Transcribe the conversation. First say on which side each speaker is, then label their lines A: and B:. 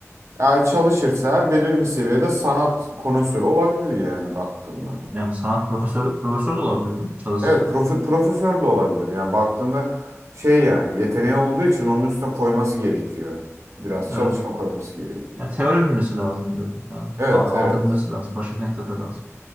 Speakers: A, on the right; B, on the right.
A: Eğer çalışırsa her belirli bir seviyede sanat konusörü olabilir yani baktığında.
B: Yani sanat profesörü, profesör de olabilirdim çalışsa.
A: Evet profe- profesör de olabilir yani baktığında şey yani yeteneği olduğu için onun üstüne koyması gerekiyor. Biraz çalışma
B: Evet.
A: koyması gerekiyor.
B: Ya teori bilmesi lazım dedim. Yani
A: Evet
B: a- anlatabilmesi
A: evet.
B: lazım. Başka yetenekler de lazım.